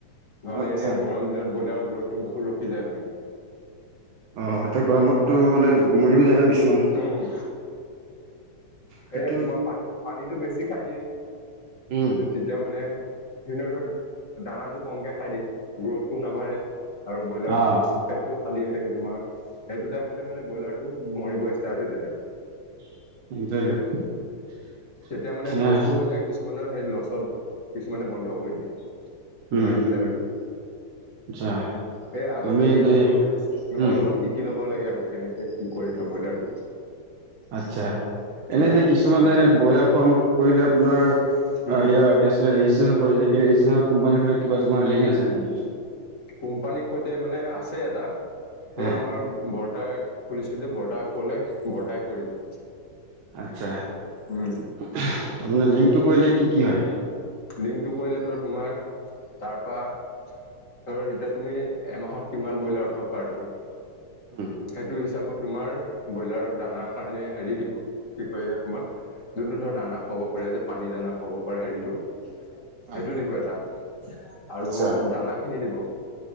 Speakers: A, on the left; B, on the right.
A: নহ'লে
B: আচ্ছা
A: এনেই গৰম দিনত ব্ৰইলাৰ গ্ৰ'থটো বহুত ৰখি যায় মানে।
B: অ' সেটো গৰমতটো মানে মৰিও যায় ন' কিছুমান।
A: উম, সেয়াই
B: সেইটো
A: তোমাৰ পানী পানীটো বেছি খাই দিয়ে।
B: উম
A: তেতিয়া মানে সেনে ধৰ দানাটো কমকে খাই দিয়ে। গ্ৰ'থটো নাবাঢ়ে। আৰু ব্ৰইলাৰ
B: অ'
A: ধৰ পেটটো খালি হৈ থাকে তোমাৰ, সেইটো টাইমতে মানে ব্ৰইলাৰটো মৰিব ইচ <unintelligible> হৈ যায় আৰু।
B: <unintelligible>
A: তেতিয়া মানে
B: তেনে
A: লচো হৈ যায় কিছুমানৰ সেই লচত, কিছুমানে বন্ধ কৰি দিয়ে।
B: উম
A: নোৱাৰি পেলাই আৰু।
B: আচ্ছা
A: সেই আগতে
B: তুমি এনেই
A: মানে ধৰ
B: উম
A: অলপমান শিকি ল'ব <unintelligible> লাগে আৰু কেনেকে কি কৰে ধৰ ব্ৰইলাৰটো।
B: আচ্ছা, এনে
A: নাই
B: যে কিছুমানে
A: পামচাৰ হৈ থাকিল
B: ব্ৰইলাৰ ফাৰ্ম কৰিলে আপোনাৰ এ
A: উম
B: এয়া কি আছিলে <unintelligible> <unintelligible> কোম্পানী ফালৰ কিবা তোমাৰ লিংক আছে নেকি।
A: কোম্পানীৰ সৈতে মানে আছে এটা।
B: হা
A: এই আমাৰ বৰতাই খুলিছিলে, বৰতাক ক'লে বৰতাই কৰি দিব।
B: আচ্ছা,
A: উম
B: <unintelligible> লিংকটো কৰিলে কি কি হয়।
A: লিংকটো কৰিলে ধৰ তোমাৰ তাৰ পৰা, ধৰ এতিয়া তুমি এমাহত কিমান ব্ৰইলাৰ <unintelligible>
B: উম
A: সেইটো হিচাপত তোমাৰ ব্ৰইলাৰৰ দানা কাৰণে হেৰি দিব কি কয় এয়া তোমাৰ যোনটো ধৰ দানা খুৱাব পাৰে যে পানী দানা খুৱাব পাৰা হেৰিটো‌ সেইটো
B: অ
A: দিব এটা, আৰু
B: আচ্ছা
A: দানা খিনি দিব।